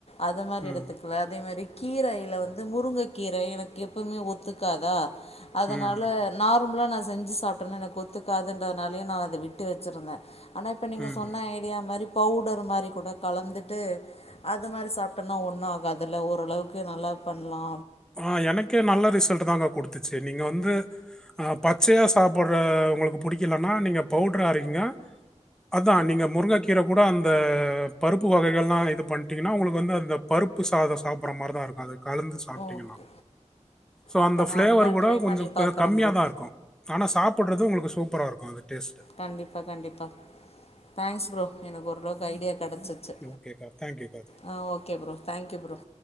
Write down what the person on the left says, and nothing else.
அது மாரி
எடுத்துக் அதே மாரி கீரையில வந்து முருங்க கீரை எனக்கு எப்பவுமே ஒத்துக்காதா அதனால
நா ர்மலா நா செஞ்சு சாப்ட்டனா எனக்கு ஒத்துக்காதுன்றதனாலயே நா அத விட்டு வச்சிருந்த ஆனா இப்ப நீங்க
சொன்ன ஐடியா மாரி பவுடர் மாரி கூட கலந்துட்டு அது மாரி சாப்பிட்டனா ஒன்னு ஆ காதுல ஓரளவுக்கு நல்லா பண்லா
ஓகே
அப்போ
நான்
அது மாதிரி
ட்ரை
பண்ணி பார்க்குறேன்
ப்ரோ
கண்டிப்பா கண்டிப்பா தேங்க்ஸ் ப்ரோ எனக்கு ஓரளவுக்கு கைடென் கிடச்சிச்சு
ஆ okay bro thank you bro